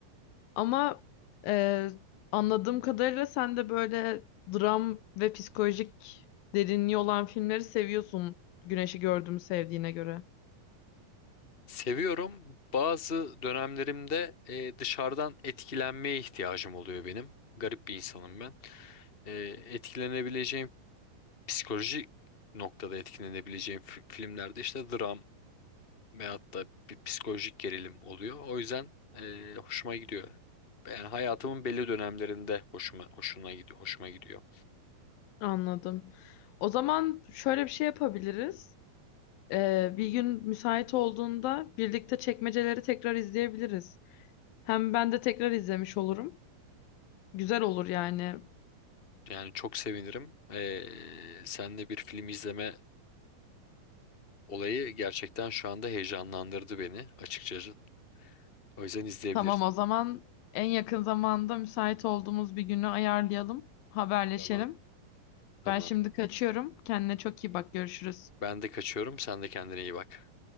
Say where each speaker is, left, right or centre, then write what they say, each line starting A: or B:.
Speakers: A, on the left; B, on the left.
A: Ama e, anladığım kadarıyla sen de böyle dram ve psikolojik derinliği olan filmleri seviyorsun. Güneşi gördüğümü sevdiğine göre.
B: Seviyorum. Bazı dönemlerimde e, dışarıdan etkilenmeye ihtiyacım oluyor benim. Garip bir insanım ben. E, etkilenebileceğim psikolojik noktada etkilenebileceğim fi- filmlerde işte dram veyahut da bir psikolojik gerilim oluyor. O yüzden e, hoşuma gidiyor. Yani hayatımın belli dönemlerinde hoşuma hoşuna gidiyor, hoşuma gidiyor.
A: Anladım. O zaman şöyle bir şey yapabiliriz. E, bir gün müsait olduğunda birlikte çekmeceleri tekrar izleyebiliriz. Hem ben de tekrar izlemiş olurum. Güzel olur yani.
B: Yani çok sevinirim. Ee, seninle bir film izleme olayı gerçekten şu anda heyecanlandırdı beni açıkçası. O yüzden izleyebiliriz.
A: Tamam o zaman en yakın zamanda müsait olduğumuz bir günü ayarlayalım, haberleşelim.
B: Tamam. Tamam.
A: Ben şimdi kaçıyorum. Kendine çok iyi bak. Görüşürüz.
B: Ben de kaçıyorum. Sen de kendine iyi bak.